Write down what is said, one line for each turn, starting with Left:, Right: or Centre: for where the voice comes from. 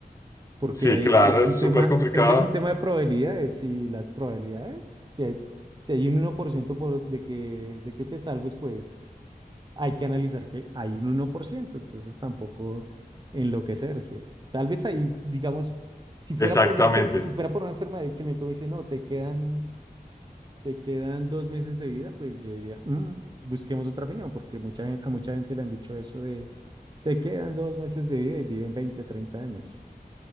Right: porque
Left: Sí,
Right: ahí
Left: claro,
Right: es
Left: es
Right: un tema,
Left: súper complicado.
Right: creo que es un tema de probabilidades y las probabilidades, si hay, si hay un uno por, ciento por de que, de que te salves, pues hay que analizar que hay un uno por ciento entonces tampoco enloquecerse. Tal vez ahí, digamos, si fuera
Left: Exactamente.
Right: por una enfer- si fuera por una enfermedad y que el médico me dice, no, te quedan te quedan dos meses de vida, pues yo diría, "Mm, busquemos otra opinión, porque mucha, gen- a mucha gente le han dicho eso de, te quedan dos meses de vida y viven 20 30 años,